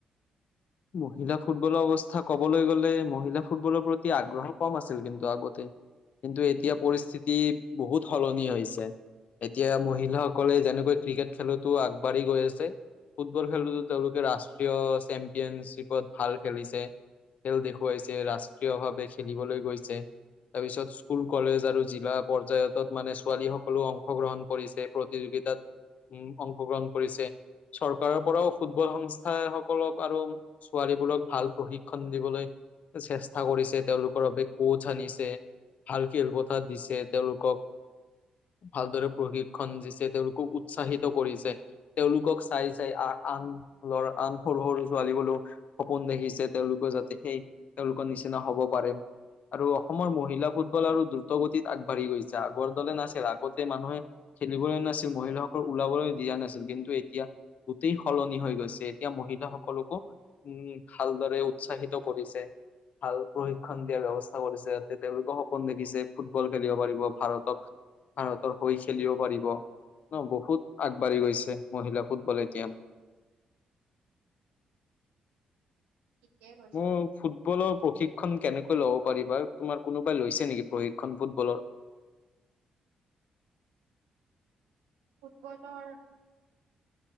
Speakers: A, on the left (about 60°); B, on the right (about 85°).
A: মহিলা ফুটবলৰ অৱস্থা ক'বলৈ গ'লে মহিলা ফুটবলৰ প্ৰতি আগ্ৰহ কম আছিল কিন্তু আগতে। কিন্তু এতিয়া
B: উম
A: পৰিস্থিতি বহুত সলনি হৈছে। এতিয়া মহিলাসকলে যেনেকৈ ক্ৰিকেট খেলতো আগবাঢ়ি গৈ আছে। ফুটবল খেলোতো তেওঁলোকে ৰাষ্ট্ৰীয় চেম্পিয়নশ্বিপত ভাল খেলিছে। খেল দেখুৱাইছে ৰাষ্ট্ৰীয় ভাৱে খেলিবলৈ গৈছে। তাৰপিছত ইস্কুল কলেজ আৰু জিলা পৰ্যায়তত মানে ছোৱালী সকলেও অংশগ্ৰহণ কৰিছে। প্ৰতিযোগিতাত উম, অংশগ্ৰহণ কৰিছে। চৰকাৰৰ পৰাও ফুটবল সংস্থাসকলক আৰু ছোৱালীবোৰক ভাল প্ৰশিক্ষণ দিবলৈ চেষ্টা কৰিছে। তেওঁলোকৰ বাবে কোচ আনিছে। ভাল খেলপথাৰ দিছে তেওঁলোকক। ভালদৰে প্ৰক্ষিশন দিছে, তেওঁলোকক উৎসাহিত কৰিছে। তেওঁলোকক চাই চাই আন- আন ল'ৰা আন সৰু- সৰু ছোৱালীবোৰে সপোন দেখিছে, তেওঁলোকে যাতে সেই তেওঁলোকৰ নিচিনা হ'ব পাৰে। আৰু অসমৰ মহিলা ফুটবল আৰু দ্ৰুত গতিত আগবাঢ়ি গৈছে। আগৰ দলে নাছিল আগতে মানুহে খেলিবলৈ নাছিল মহিলাসকল ওলাবলৈ দিয়া নাছিল। কিন্তু এতিয়া গোটেই সলনি হৈ গৈছে। এতিয়া মহিলাসকলক কো ভালদৰে উসাৎহিত কৰিছে। ভাল প্ৰশিক্ষণ দিয়াৰ ব্যৱস্থা কৰিছে। যাতে তেওঁলোকে সপোন দেখিছে ফুটবল খেলিব পাৰিব। ভাৰতক ভাৰতৰ হৈ খেলিব পাৰিব ন, বহুত আগবাঢ়ি গৈছে। মহিলা ফুটবল এতিয়া
B: ঠিকে কৈছা।
A: মোৰ ফুটবলৰ প্ৰশিক্ষণ কেনেকৈ ল'ব পাৰিবা, তোমাৰ কোনোবাই লৈছে নেকি প্ৰশিক্ষণ ফুটবলৰ?
B: ফুটবলৰ